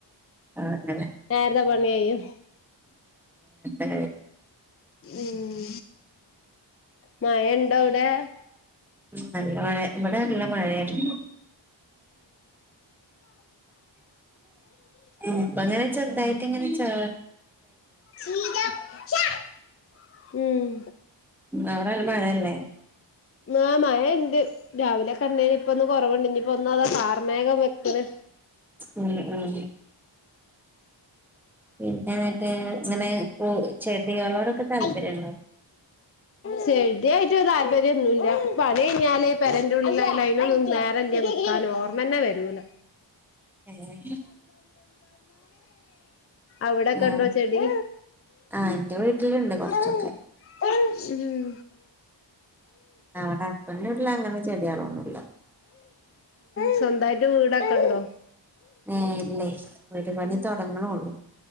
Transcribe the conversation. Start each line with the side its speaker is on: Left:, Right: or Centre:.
Centre: അങ്ങനെ
Left: നേരത്തെ പണി കയ്യും
Centre: അ
Left: ഉം മഴ ഉണ്ടോ അവിടെ
Centre: നല്ല മഴ ഇവിടെ നല്ല മഴയാണ് ഇപ്പ അങ്ങനെ ചെറുതായി ങ്ങനെ ചാ
Left: േ <inaudible> ഉം
Centre: അവിടെ നല്ല മഴയല്ലേ
Left: ആ മഴ ണ്ട് രാവിലെ കണ്ടേന് ഇപ്പ ഒന്ന് കൊറവണ്ട ഒന്ന അതാ കാർമേഗം വെക്കണ്
Centre: ഉം ഉം പിന്നെ എന്നിട്ട് ഇങ്ങനെ ചെടികളോടൊക്കെ
Left: <inaudible>
Centre: താല്പര്യണ്ടോ
Left: ചെടിയായിട്ട് താല്പര്യംന്നുല്ല പണി കഴിഞ്ഞാല് പെരറ് ന്റുള്ളിലായാല് നേരല്ലനിക്കാന് ഓർമ്മന്നെ വരൂലോ
Centre: ഏഹ്
Left: അവിടെ കണ്ടോ
Centre: ഉം
Left: ചെടി
Centre: ആഹ് എന്റെ വീട്ടിലുണ്ട് കൊറച്ചൊക്കെ
Left: ഉം
Centre: അവടെ ഹസ്ബൻഡട്ടില അങ്ങനെ ചെടികളൊന്നുമില്ല
Left: സ്വന്തമായിട്ട് വീടൊക്കെണ്ടോ
Centre: ആ ഏ ഇല്ലേ ഒരു പണി തുടങ്ങും ഉള്ളു